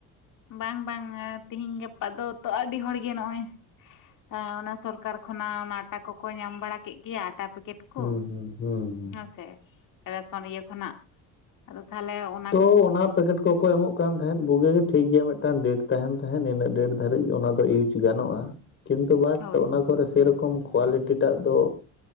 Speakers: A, on the left (about 55°); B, on the left (about 30°).
A: ᱵᱟᱝ ᱵᱟᱝ ᱟ ᱛᱤᱦᱤᱧ ᱜᱟᱯᱟ ᱫᱚ ᱛᱚ ᱟᱹᱰᱤ ᱦᱚᱲ ᱜᱮ ᱱᱚᱜ-ᱚᱭ ᱟ ᱚᱱᱟ ᱥᱚᱨᱠᱟᱨ ᱠᱷᱚᱱᱟᱜ ᱚᱱᱟ ᱟᱴᱟ ᱠᱚᱠᱚ ᱧᱟᱢ ᱵᱟᱲᱟ ᱠᱮᱜ ᱜᱮᱭᱟ ᱟᱴᱟ ᱯᱮᱠᱮᱴ ᱠᱩ
B: ᱦᱩᱸ ᱦᱩᱸ ᱦᱩᱸ ᱦᱩᱸ
A: ᱦᱮᱸᱥᱮ ᱨᱮᱥᱚᱱ ᱤᱭᱟᱹ ᱠᱷᱚᱱᱟᱜ ᱟᱫᱚ ᱛᱟᱦᱞᱮ ᱚᱱ
B: ᱛᱚ ᱚᱱᱟ ᱯᱮᱠᱮᱴ ᱠᱚᱠᱚ ᱮᱢᱚᱜ ᱠᱟᱱ ᱛᱟᱦᱮᱸᱫ ᱵᱩᱜᱤ ᱜᱮ ᱴᱷᱤᱠ ᱜᱮᱭᱟ ᱢᱮᱜᱴᱟᱝ ᱰᱮᱴ ᱛᱟᱦᱮᱱ ᱛᱟᱦᱮᱸᱫ ᱤᱱᱟᱹᱜ ᱰᱮᱴ ᱫᱷᱟᱹᱨᱤᱡ ᱚᱱᱟ ᱫᱚ ᱤᱭᱩᱡᱽ ᱜᱟᱱᱚᱜ-ᱟ᱾ ᱠᱤᱱᱛᱩ ᱵᱟᱴ
A: ᱦᱳᱭ
B: ᱚᱱᱟ ᱠᱚᱨᱮ ᱥᱮᱨᱚᱠᱚᱢ ᱠᱳᱣᱟᱞᱤᱴᱤᱴᱟᱜ ᱫᱚ